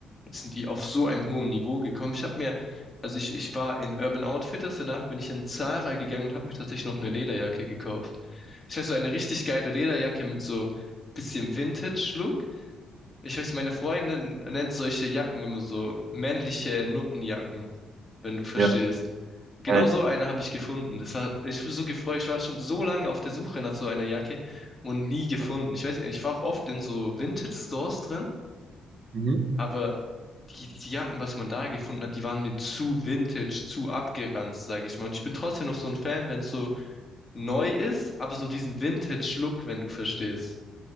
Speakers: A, on the left; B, on the right.
A: sind die auf so einem hohen Niveau gekommen. Ich habe mir, also ich, ich war in Urban Outfitters, danach bin ich in Zara gegangen und habe mir tatsächlich noch eine Lederjacke gekauft. Ich weiß, so eine richtig geile Lederjacke mit so bisschen Vintage-Look. Ich weiß, meine Freundin nennt solche Jacken immer so männliche Nuttenjacken, wenn du verstehst.
B: Ja.
A: Genau
B: Ja.
A: so eine habe ich gefunden. Das war, ich war so gefreut. Ich war schon so lange auf der Suche nach so einer Jacke und nie gefunden. Ich weiß nicht, ich war auch oft in so Vintage-Stores drin,
B: Mhm.
A: aber die, die Jacken, was man da gefunden hat, die waren mir zu vintage, zu abgeranzt, sage ich mal. Und ich bin trotzdem noch so ein Fan, wenn es so neu ist, aber so diesen Vintage-Look, wenn du verstehst.